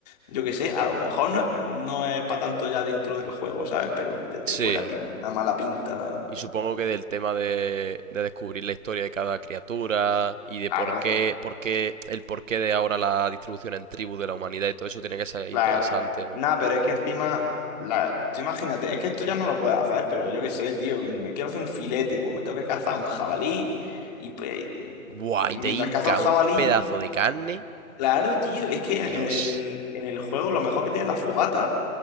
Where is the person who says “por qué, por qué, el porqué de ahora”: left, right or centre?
Right